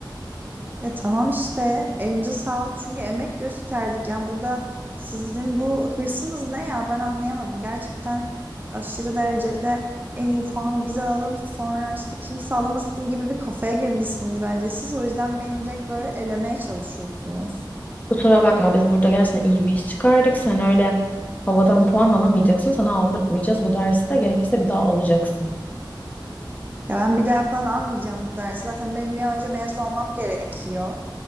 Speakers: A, on the right; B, on the left.
A: Ya tamam işte elimize sağlık çünkü emek gösterdik. Yani burada sizin bu hırsınız ne ya ben anlayamadım. Gerçekten aşırı derecede en iyi puanı biz alalım sonra işte kimse alamasın gibi bir kafaya girmişsiniz bence siz. O yüzden beni direkt böyle elemeye çalışıyorsunuz.
B: Kusura bakma biz burada gerçekten iyi bir iş çıkardık. Sen öyle havadan puan alamayacaksın. Sana aldırtmayacağız. Bu dersi de gerekirse bir daha alacaksın.
A: Ya ben bir daha falan almayacağım bu dersi. Zaten benim bir an önce mezun olmam gerekiyor.